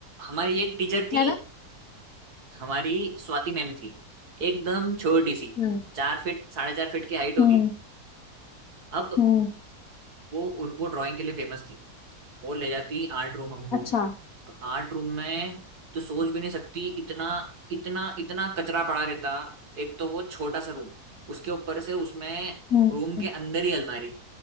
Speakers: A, on the right (about 85°); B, on the left (about 65°).
A: हमारी एक टीचर थी
B: है ना
A: हमारी स्वाति मैम थी एकदम छोटी सी
B: हम्म
A: चार फीट साढ़े चार फीट की हाइट होगी
B: हम्म
A: अब
B: हम्म
A: वो वो ड्राइंग के लिए फेमस थी वो ले जाती आर्ट रूम हमको
B: अच्छा
A: अब आर्ट रूम में तो सोच भी नहीं सकती इतना इतना इतना कचरा पड़ा रहता एक तो वो छोटा सा रूम उसके ऊपर से उसमें
B: हम्म
A: रूम
B: हम्म
A: के अंदर ही अलमारी